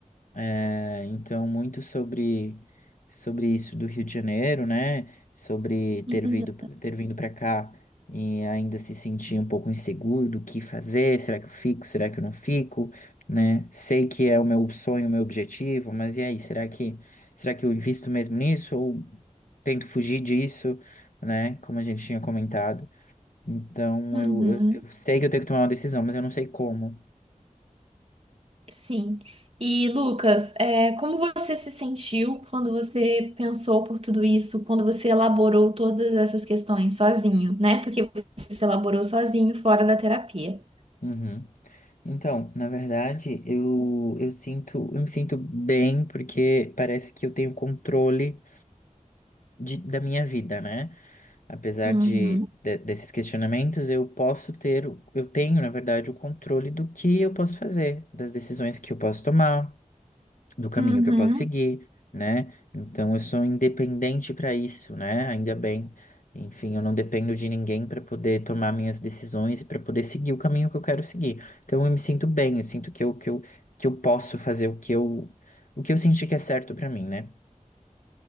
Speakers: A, on the left; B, on the right.
A: É, então, muito sobre, sobre isso do Rio de Janeiro, né? Sobre ter
B: Uhum,
A: vindo, ter vindo para cá e ainda se sentir um pouco inseguro do que fazer, será que eu fico, será que eu não fico, né? Sei que é o meu sonho, o meu objetivo, mas e aí, será que, será que eu invisto mesmo nisso ou tento fugir disso, né? Como a gente tinha comentado. Então,
B: uhum,
A: eu, eu, eu sei que eu tenho que tomar uma decisão, mas eu não sei como.
B: sim. E, Lucas, é, como você se sentiu quando você pensou por tudo isso, quando você elaborou todas essas questões sozinho, né? Porque você se elaborou sozinho, fora da terapia.
A: Uhum. Então, na verdade, eu, eu sinto, eu me sinto bem porque parece que eu tenho controle de, da minha vida, né? Apesar
B: Uhum,
A: de, de- desses questionamentos, eu posso ter, o- eu tenho, na verdade, o controle do que eu posso fazer, das decisões que eu posso tomar do caminho
B: uhum.
A: que eu posso seguir, né? Então eu sou independente para isso, né? Ainda bem. Enfim, eu não dependo de ninguém para poder tomar minhas decisões, para poder seguir o caminho que eu quero seguir. Então eu me sinto bem, eu sinto que eu, que eu, que eu posso fazer o que eu, o que eu senti que é certo para mim, né?